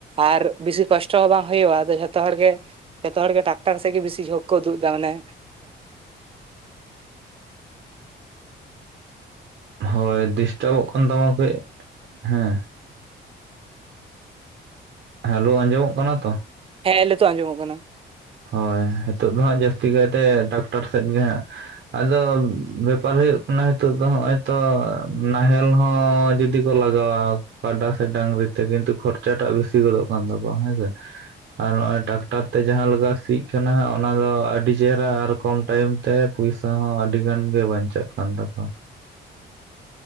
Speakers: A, on the right; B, on the right.
A: ᱟᱨ ᱵᱮᱥᱤ ᱠᱚᱥᱴᱚ ᱦᱚᱸ ᱵᱟᱝ ᱦᱳᱭᱳᱜᱼᱟ ᱟᱫᱚ ᱡᱷᱚᱛᱚ ᱦᱚᱲ ᱜᱮᱼᱼ ᱡᱚᱛᱚ ᱦᱚᱲ ᱜᱮ ᱴᱟᱠᱴᱟᱨ ᱥᱮᱫ ᱜᱮ ᱵᱤᱥᱤ ᱡᱷᱩᱜᱽ ᱠᱚ ᱩᱫᱩᱜ ᱮᱫᱟ ᱢᱟᱱᱮ,
B: ᱦᱳᱭ ᱰᱤᱥᱴᱟᱵᱚᱜ ᱠᱟᱱ ᱛᱟᱢᱟ ᱠᱟᱹᱡ ᱦᱮᱸ᱾ ᱦᱮᱞᱳ ᱟᱸᱡᱚᱢᱚᱜ ᱠᱟᱱᱟ ᱛᱚ?
A: ᱦᱮᱸ ᱱᱮᱛᱳᱜ ᱟᱸᱡᱚᱢᱚᱜ ᱠᱟᱱᱟ᱾
B: ᱦᱳᱭ ᱦᱮᱛᱳᱜ ᱫᱚ ᱦᱟᱸᱜ ᱡᱟᱹᱥᱛᱤ ᱠᱟᱭᱛᱮ ᱴᱟᱠᱴᱟᱨ ᱥᱮᱫ ᱜᱮ ᱦᱟᱸᱜᱼᱼ ᱟᱫᱚ ᱵᱮᱯᱟᱨ ᱦᱳᱭᱳᱜ ᱠᱟᱱᱟ ᱱᱤᱛᱳᱜ ᱫᱚ ᱦᱚᱜᱼᱚᱭ ᱛᱚ ᱱᱟᱦᱮᱞ ᱦᱚᱸ ᱡᱩᱫᱤᱼᱼ ᱠᱚ ᱞᱟᱜᱟᱣᱟ ᱠᱟᱰᱟ ᱥᱮ ᱰᱟᱝᱨᱤ ᱛᱮ ᱠᱤᱱᱛᱩ ᱠᱷᱚᱨᱪᱟᱴᱟᱜ ᱵᱤᱥᱤ ᱜᱚᱫᱚᱜ ᱠᱟᱱ ᱛᱟᱠᱚᱣᱟ ᱦᱮᱸ ᱥᱮ, ᱟᱨ ᱱᱚᱜᱼᱚᱭ ᱴᱟᱠᱴᱟᱨ ᱛᱮ ᱡᱟᱦᱟᱸ ᱞᱮᱠᱟᱼᱼ ᱥᱤᱜ ᱠᱟᱱᱟ ᱦᱟᱜ ᱚᱱᱟ ᱫᱚ ᱟᱹᱰᱤ ᱪᱮᱦᱨᱟ ᱟᱨ ᱠᱚᱢ ᱴᱟᱭᱤᱢ ᱛᱮ ᱯᱩᱭᱥᱟ ᱦᱚᱸ ᱟᱹᱰᱤ ᱜᱟᱱ ᱜᱮ ᱵᱟᱧᱪᱟᱜ ᱠᱟᱱᱟ᱾ ᱠᱟᱱ ᱛᱟᱠᱚᱣᱟ᱾